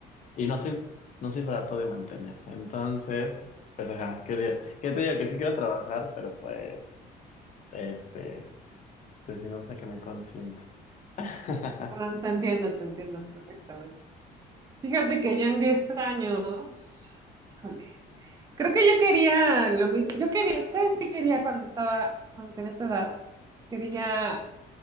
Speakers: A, on the left (about 45°); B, on the right (about 20°).
A: y no soy, no soy barato de mantener. Entonces, pues ajá, ¿qué digo? ¿Qué te digo? Que sí quiero trabajar, pero pues, este, pues sí me gusta que me consienta. <laughs>
B: No, Te entiendo, te entiendo perfectamente. Fíjate que yo en 10 años, híjole, creo que yo quería lo mismo. Yo quería, ¿sabes qué quería cuando estaba, cuando tenía tu edad? Quería,